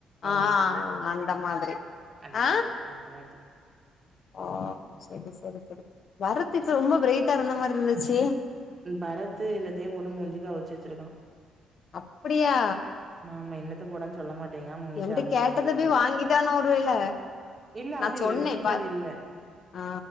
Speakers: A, on the left (about 55°); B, on the right (about 35°).
A: ஆ
B: அந்த
A: ஆ
B: கலர்
A: ஆ அந்த மாதிரி
B: அந்த
A: ஆ
B: கல அ கல்யாணத்துக்கு
A: ஓ சேரி சேரி சேரி வரத்துக்கு ரொம்ப பிரைட்டா இருந்த மாரி இருந்துச்சு
B: பரத்து என்னத்தையோ போட்டு மூஞ்சிக்கு அவுச்சு வச்சிருக்கா
A: அப்டியா
B: ஆமா என்னத்த போடன்னு சொல்ல மாட்டேங்கிறா மூஞ்சு
A: என்ட்ட
B: அவிஞ்சு
A: கேட்டத
B: போணுல
A: போய் வாங்கிட்டானா ஒரு வேல
B: <unintelligible> இல்ல
A: நா
B: அது இல்ல
A: சொன்னே
B: வீட்ல
A: பா
B: அது இல்ல
A: ஆ